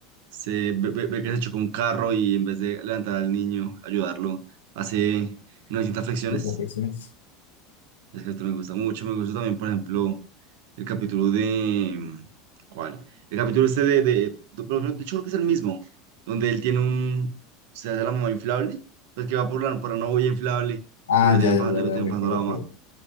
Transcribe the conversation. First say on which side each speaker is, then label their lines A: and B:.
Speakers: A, on the right; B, on the left.
A: se ve, ve- ve que se chocó un carro y en vez de levantar al niño, ayudarlo, hace 900 flexiones.
B: Perfecciones?
A: Ese capítulo me gusta mucho. Me gusta también, por ejemplo, el capítulo de... ¿Cuál? El capítulo este de... de, de, pero creo- de hecho, creo que es el mismo, donde él tiene un... Se hace la mamá inflable, pues que va por la, por una olla inflable,
B: Ah,
A: pero le terminan,
B: ya, ya,
A: pa-
B: ya,
A: le terminan
B: ya, recuerdo
A: pagando a la mamá.
B: cuál.